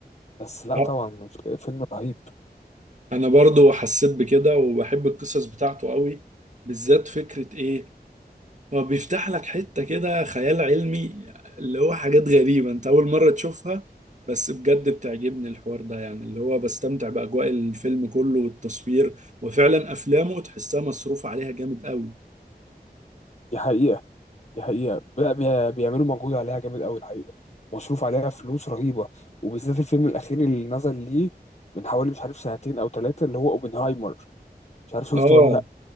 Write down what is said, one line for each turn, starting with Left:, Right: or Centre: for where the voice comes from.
Left: بس لا
Right: آه،
Left: طبعا فيلم رهيب
Right: انا برضو حسيت بكده وبحب القصص بتاعته قوي بالذات فكرة ايه هو بيفتح لك حتة كده خيال علمي اللي هو حاجات غريبة انت أول مرة تشوفها بس بجد بتعجبني الحوار ده يعني اللي هو بستمتع بأجواء الفيلم كله والتصوير وفعلا أفلامه تحسها مصروف عليها جامد قوي
Left: دي حقيقة دي حقيقة لا بي- بيعملوا مجهود عليها جامد قوي الحقيقة مصروف عليها فلوس رهيبة وبالذات الفيلم الأخير اللي نزل ليه من حوالي مش عارف سنتين أو ثلاثة اللي هو أوبنهايمر مش عارف شفته
Right: اه
Left: ولا لأ